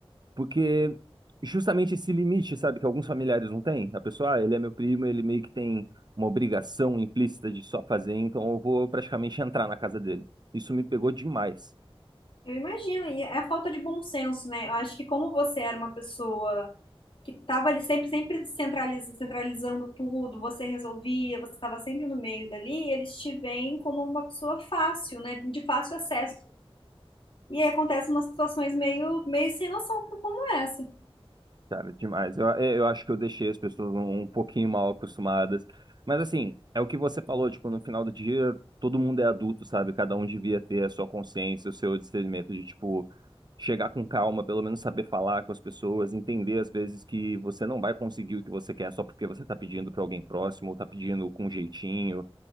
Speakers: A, on the right; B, on the left.
A: Porque justamente esse limite, sabe, que alguns familiares não têm. A pessoa, ah, ele é meu primo, ele meio que tem uma obrigação implícita de só fazer, então eu vou praticamente entrar na casa dele. Isso me pegou demais.
B: Eu imagino, e é a falta de bom senso, né? Eu acho que como você era uma pessoa que estava ali sempre, sempre centraliz- centralizando tudo, você resolvia, você estava sempre no meio dali, eles te veem como uma pessoa fácil, né? De fácil acesso. E aí acontecem umas situações meio, meio sem noção como é essa.
A: Cara, demais. Eu, é, eu acho que eu deixei as pessoas um, um pouquinho mal acostumadas. Mas assim, é o que você falou, tipo, no final do dia, todo mundo é adulto, sabe? Cada um devia ter a sua consciência, o seu discernimento de, tipo, chegar com calma, pelo menos saber falar com as pessoas, entender às vezes que você não vai conseguir o que você quer só porque você tá pedindo pra alguém próximo, ou tá pedindo com jeitinho.